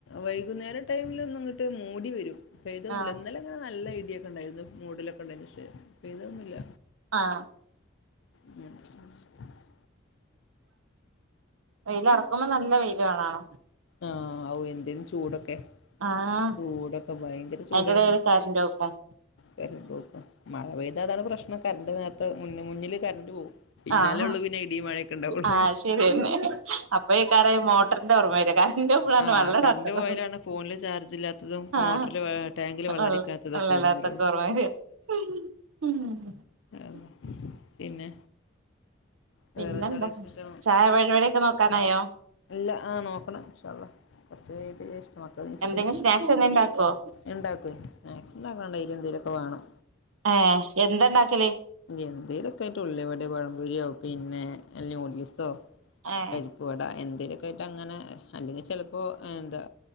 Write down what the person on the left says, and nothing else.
വൈകുന്നേര ടൈമിൽ ഒന്ന ഇങ്ങോട്ട് മൂടി വരും പൈതൊന്നുമില്ല
ഇന്നലെ ഇടി ഒക്കെ ഉണ്ടായിരുന്നു മൂഡിലെ കണ്ട നിഷ്യം <unintelligible> അപ്പ ഇതൊന്നുമില്ല
ഉ <unintelligible>
ആഹ ഓ എന്തേലും ചൂടൊക്കെ
ചൂടൊക്കെ ഭയങ്കര ചൂടായിരുന്നു
കരണ്ട് പോക്ക മഴ പെയ്താതാണ് പ്രശ്നം കണ്ട <unintelligible> മുന്നിൽ കറണ്ട് പോകും പിന്നാലെ
ഉള്ളൂ പിന്നെ ഇടി മഴയൊക്കെ ഉണ്ടാവുള്ളൂ
ആ
കറണ്ട്റ് പോയാലാണ് ഫോണില് ചാർജ് ഇല്ലാത്തതും മോട്ടറില്
ടാങ്കില് വെള്ളംടിക്കാത്തതൊക്കെ
ഓർമ്മല്ലള്ളു
ഉം പിന്നെ വേറെന്താട
വിശേഷം
ഇല്ല ആ നോക്കണം ഇൻഷാ അള്ളാ കൊറച്ച് കയ്യട്ടെ വിചാരിച്ച് നിക്കാ മക്കള് നീച്ചിട്ടില്ല
ഇണ്ടാക്കും മാക്സിമം ഞങ്ങള് ഡെയലി എന്തേലും വാണം
എന്തേലൊക്കെ ഉള്ളിവടെ പഴം പൊരിയോ പിന്നെ ന്യൂഡിൽസോ
പരിപ്പുവട എ <unintelligible> ആയിട്ട് അങ്ങന അല്ലെങ്കിൽ ചെലപ്പോ എന്താ